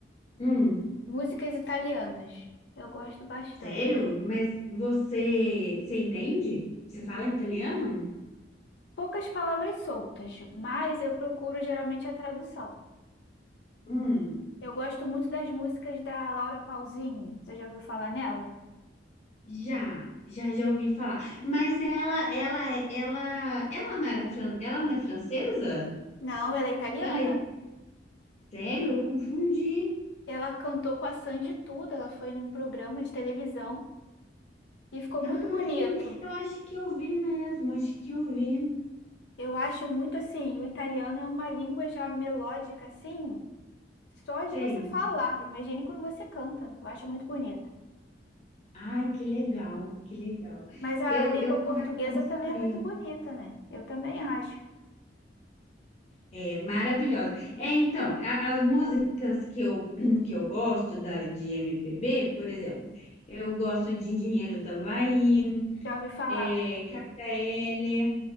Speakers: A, on the left (about 40°); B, on the left (about 70°).
A: Hum,
B: Músicas italianas. Eu gosto bastante.
A: sério? Mas você, você entende? Você fala italiano?
B: Poucas palavras soltas, mas eu procuro geralmente a tradução.
A: Hum,
B: Eu gosto muito das músicas da Laura Pausini. Você já ouviu falar nela?
A: já, já já ouvi falar. Mas ela, ela, é- ela, ela não era, fran- ela não é francesa?
B: Não, ela é italiana.
A: Olha, sério? Eu confundi.
B: Ela cantou com a Sandy tudo. Ela foi num programa de televisão e ficou muito
A: Ai,
B: bonito.
A: eu, eu acho que eu vi mesmo, acho que eu vi.
B: Eu acho muito assim, o italiano é uma língua já melódica assim, só de
A: Sei.
B: você falar. Imagine quando você canta. Eu acho muito bonito.
A: Ai, que legal, que legal.
B: Mas a
A: Eu,
B: língua
A: eu
B: portuguesa
A: confesso que eu não sabia.
B: também é muito bonita, né? Eu também acho.
A: É maravilhosa. É, então, a- as músicas que eu, <clears throat> que eu gosto da, de MPB, por exemplo, eu gosto de Engenheiros do Havaí,
B: Já ouvi falar.
A: é, Cássia Eller,